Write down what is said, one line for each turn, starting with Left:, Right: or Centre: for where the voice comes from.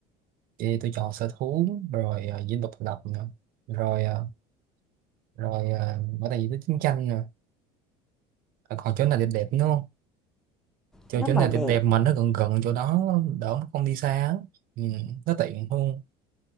Right: vậy tôi chọn sở thú rồi ờ, dinh độc lập nè rồi ờ, rồi ờ, bảo tàng di tích chiến tranh nè À, còn chỗ nào đẹp đẹp nữa không chỗ
Centre: nếu
Right: chỗ
Centre: mà
Right: nào
Centre: đẹp,
Right: đẹp đẹp mà nó gần gần chỗ đó đỡ mà không đi xa á. ừ, nó tiện hơn